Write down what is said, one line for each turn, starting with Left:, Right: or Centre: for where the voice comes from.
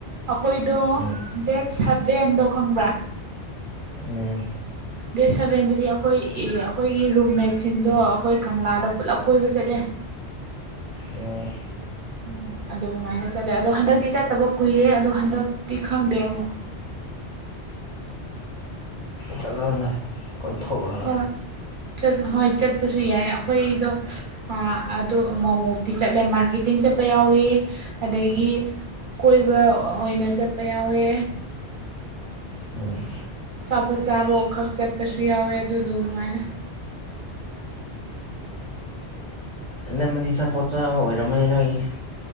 Right: ꯑꯩꯈꯣꯏꯗꯣ
Left: ꯎꯝ
Right: ꯗꯦꯠ ꯁꯚꯦꯟꯗꯣ ꯈꯪꯕ꯭ꯔꯥ
Left: ꯎꯝ
Right: ꯗꯦꯠ ꯁꯚꯦꯟꯗꯗꯤ ꯑꯩꯈꯣꯏ ꯑꯩꯈꯣꯏꯒꯤ ꯔꯨꯝꯃꯦꯠꯁꯤꯡꯗꯣ ꯑꯩꯈꯣꯏ ꯀꯪꯂꯥꯗ ꯄꯨꯂꯞ ꯀꯣꯏꯕ ꯆꯠꯂꯦ <unintelligible>
Left: ꯑꯣ
Right: ꯎ ꯑꯗꯨꯃꯥꯏꯅ ꯆꯠꯂꯦ ꯑꯗꯣ ꯍꯟꯗꯛꯇꯤ ꯆꯠꯇꯕ ꯀꯨꯏꯔꯦ ꯑꯗꯣ ꯍꯟꯗꯛꯇꯤ ꯈꯪꯗꯦ ꯑꯃꯨꯛ
Left: ꯆꯠꯂꯣꯅꯦ ꯀꯣꯏꯊꯣꯛꯂꯒ
Right: ꯍꯣꯏ ꯆꯠ ꯍꯣꯏ ꯆꯠꯄꯁꯨ ꯌꯥꯏ ꯑꯩꯈꯣꯏꯗꯣ ꯑꯗꯨ ꯃꯃꯣꯛꯇꯤ ꯆꯠꯂꯦ ꯃꯥꯔꯀꯦꯇꯤꯡ ꯆꯠꯄ ꯌꯥꯎꯋꯦ ꯑꯗꯒꯤ ꯀꯣꯏꯕ ꯑꯣꯏꯅ ꯆꯠꯄ ꯌꯥꯎꯋꯦ
Left: ꯎꯝ
Right: ꯆꯥꯄꯣꯠ ꯆꯥꯕꯣ ꯈꯛ ꯆꯠꯄꯁꯨ ꯌꯥꯎꯋꯦ ꯑꯗꯨꯗꯣ ꯑꯗꯨꯃꯥꯏꯅ
Left: ꯑꯅꯝꯕꯗꯤ ꯆꯥꯄꯣꯠ ꯆꯥꯕ ꯑꯣꯏꯔꯝꯃꯅꯤꯅ ꯅꯣꯏꯁꯦ